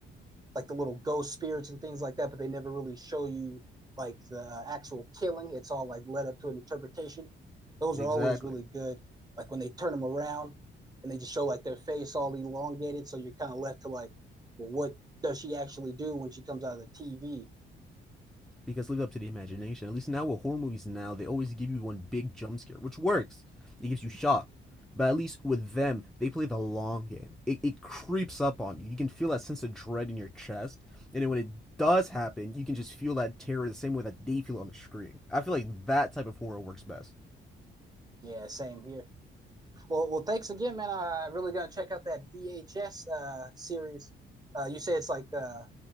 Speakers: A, on the right; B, in the centre.
A: like the little ghost spirits and things like that, but they never really show you like the uh, actual killing. It's all like led up to an interpretation. Those
B: Exactly.
A: are always really good. Like when they turn them around and they just show like their face all elongated, so you're kind of left to like, well, what does she actually do when she comes out of the TV?
B: because leave it up to the imagination. At least now with horror movies now, they always give you one big jump scare, which works. It gives you shock. But at least with them, they play the long game. It, it creeps up on you. You can feel that sense of dread in your chest. And then when it does happen, you can just feel that terror the same way that they feel on the screen. I feel like that type of horror works best.
A: Yeah, same here. Well, well, thanks again, man. I really gonna check out that VHS uh, series. Uh, you say it's like uh,